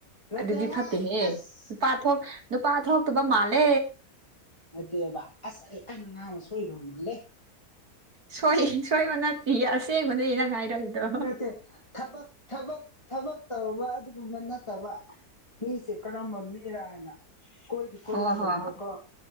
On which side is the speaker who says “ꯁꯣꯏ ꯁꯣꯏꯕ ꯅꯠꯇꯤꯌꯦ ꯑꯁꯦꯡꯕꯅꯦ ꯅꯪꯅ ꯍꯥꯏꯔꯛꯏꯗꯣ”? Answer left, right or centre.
Right